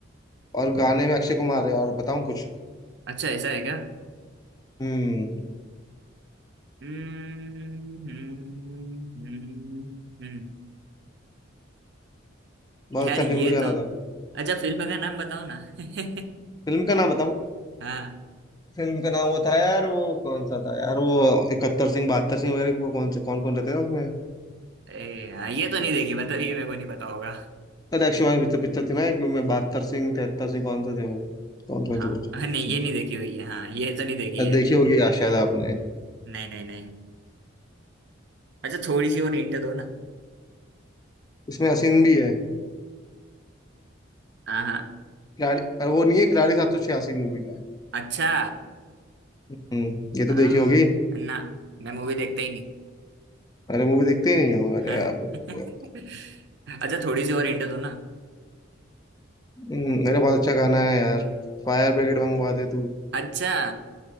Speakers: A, on the left; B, on the right.
A: और गाने में अक्षय कुमार है और बताऊं कुछ
B: अच्छा ऐसा है क्या
A: हम्म
B: हम्म हम्म, हम्म, हम्म।
A: बहुत
B: यार
A: अच्छा
B: ये
A: फेमस गाना
B: तो
A: था
B: अच्छा फिल्म का नाम बताओ ना <laughs>
A: फिल्म का नाम बताऊं
B: हाँ
A: फिल्म का नाम वो था यार वो कौन सा था यार वो इकहत्तर सिंह बहत्तर सिंह वगैरह वो कौन से कौन कौन रहते थे उसमें
B: ए, हाँ ये तो नहीं देखी मतलब ये मेरे को नहीं पता होगा
A: अरे अक्षय कुमार की पिक्चर पिक्चर थी ना एक में बहत्तर सिंह तिहत्तर सिंह कौन से थे वो कौन कौन
B: हाँ
A: से पिक्चर
B: नहीं ये
A: थी
B: नहीं देखी हुई है हाँ ये तो नहीं देखी
A: अरे
B: है
A: देखी होगी यार शायद आपने
B: नहीं नहीं नहीं अच्छा थोड़ी सी और हिंट दो ना
A: इसमें हसीन भी है
B: हाँ हाँ
A: खिलाड़ी अरे वो नहीं है खिलाड़ी सात सौ छियासी मूवी का है
B: अच्छा
A: हम्म ये तो
B: हाँ
A: देखी होगी
B: ना मैं मूवी देखता ही नहीं
A: अरे मूवी देखते ही नहीं हो अरे
B: हाँ
A: यार फिर
B: <laughs>
A: तो-
B: अच्छा थोड़ी सी और हिंट दो ना
A: हम्म, अरे बहुत अच्छा गाना है यार फायर ब्रिगेड मंगवा दे तू
B: अच्छा